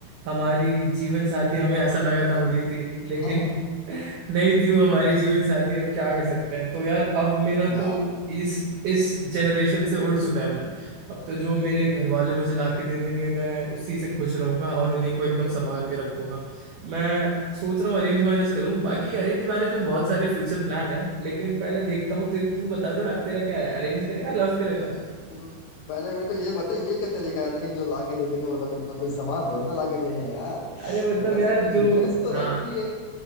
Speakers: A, on the right; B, on the left.
A: हमारी जीवन साथी हमें ऐसा लगा था मिली थी
B: <laughs>
A: लेकिन
B: वाह,
A: <laughs> नहीं थी वो हमारी जीवन साथी अब क्या कर सकते हैं तो यार अब मेरा
B: यार
A: तो इस इस जनरेशन से उठ चुका है मन अब तो जो मेरे घर वाले मुझे ला के दे देंगे मैं उसी से खुश रहूंगा और उन्हीं को एकदम संभाल के रखूंगा मैं सोच रहा हूँ अरेंज मैरिज करूँ बाकी अरेंज मैरिज में बहुत सारे फ्यूचर प्लान है लेकिन पहले देखता हूँ तू तू बता जरा तेरा क्या है अरेंज करेगा लव करेगा
B: अरे तू पहले मेरे को ये बता ये क्या तरीका है कि जो ला के दे देंगे वो रख लूंगा कोई सामान थोड़ा ना ला के दे रहे हैं यार
A: अरे मतलब
B: थोड़ा
A: यार
B: सा अपनी प्रेफरेंस
A: जो
B: तो
A: हाँ
B: रख कि ये